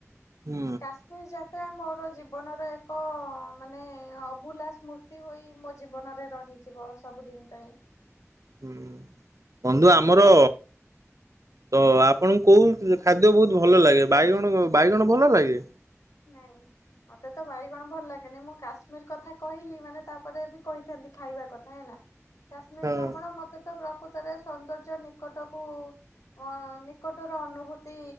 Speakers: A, on the right; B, on the left.
A: ହୁଁ
B: ଅ କାଶ୍ ମିର ଯାତ୍ରା ମୋର ଜୀବନର ଏକ ମାନେ ଅଭୁଲା ସ୍ମୃତି ହୋଇ ମୋ ଜୀବନରେ ରହିଯିବ ସବୁଦିନ ପାଇଁ।
A: ହୁଁ ବନ୍ଧୁ ଆମର ତ ଆପଣଙ୍କୁ କୋଉ ଖାଦ୍ୟ ବହୁତ ଭଲ ଲାଗେ? ବାଇଗଣ ବାଇଗଣ ଭଲ ଲାଗେ?
B: ନାଇଁ। ମତେ ତ ବାଇଗଣ ଭଲ ଲାଗେନି। ମୁଁ କାଶ୍ମୀର କଥା କହିଲି ମାନେ ତାପରେ ବି କହିଥାନ୍ତି ଖାଇବା କଥା ହେଲା। କାଶ୍ମୀର୍
A: ହଁ
B: ଭ୍ରମଣ ମତେ ତ ପ୍ରକୃତରେ ସୌନ୍ଦର୍ଯ୍ୟ ନିକଟକୁ ଅଁ ନିକଟର ଅନୁଭୂତି